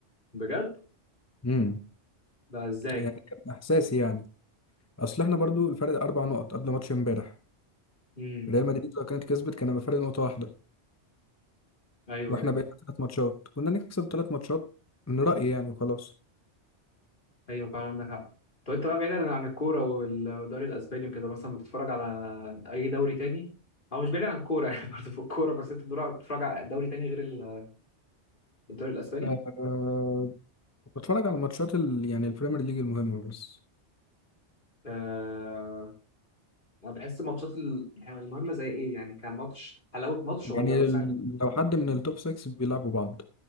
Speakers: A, on the left (about 45°); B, on the left (about 15°).
A: بجد
B: امم
A: ده ازاي
B: يعني كان احساسي يعني اصل احنا برضو الفرق اربع نقط قبل ماتش امبارح
A: امم
B: ريال مدريد لو كانت كسبت كان هيبقى فرق نقطة واحدة
A: ايوه
B: واحنا
A: ايوه
B: بقينا ثلاث ماتشات كنا نكسب ثلاث ماتشات من رأيي يعني وخلاص
A: ايوه فعلا عندك حق طب انت بقى بعيدا عن الكوره وال- والدوري الاسباني وكده مثلا بتتفرج على اي دوري تاني او مش بعيد عن الكوره <laughs> يعني برضه في الكوره بس انت بتدور- بتتفرج على دوري تاني غير ال- الدوري الاسباني
B: آه، بتفرج على ماتشات ال... يعني البريمير ليج المهمة بس
A: آه... انا بحس ماتشات ال- يعني المهمه زي ايه يعني كان ماتش حلاوه ماتش
B: يعني
A: ولا مثلا
B: ال... لو حد من التوب 6 بيلعبوا بعض